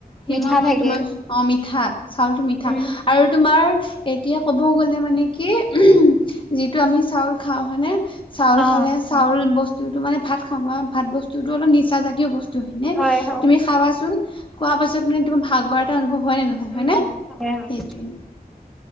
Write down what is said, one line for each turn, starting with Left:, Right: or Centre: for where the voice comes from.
Left: সিমাহ
Centre: মিঠা
Left: মানে
Centre: থাকে
Left: তোমাৰ অ মিঠা চাউলটো মিঠা
Centre: উম
Left: আৰু তোমাৰ এতিয়া ক'ব গ'লে মানে কি উ যিটো আমি চাউল খাওঁ হয়নে চাউল
Centre: অ
Left: খালে চাউল বস্তুটো মানে ভাত খাবা ভাত বস্তুতো অলপ নিচা জাতীয় বস্তু ত হয়নে
Centre: হয় হয়
Left: তুমি খাবা চোন খোৱা পাছত মানে তোমাৰ ভাগৰ এটা অনুভৱ হয় নে নহয়
Centre: উম
Left: হয় নে
Centre: হয় হয়
Left: সেইটোৱে